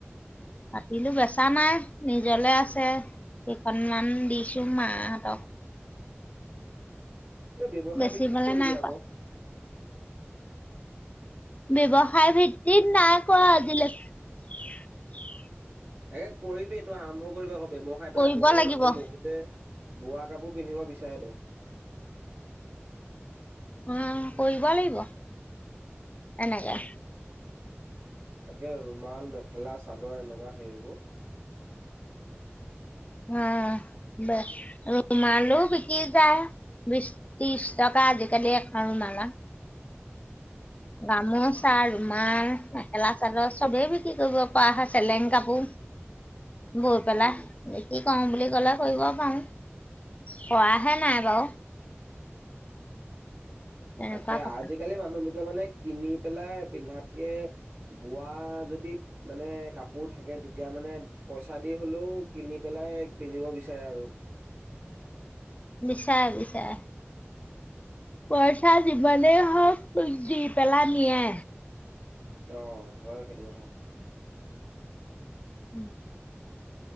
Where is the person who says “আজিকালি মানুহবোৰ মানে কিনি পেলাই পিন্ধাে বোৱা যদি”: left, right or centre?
Right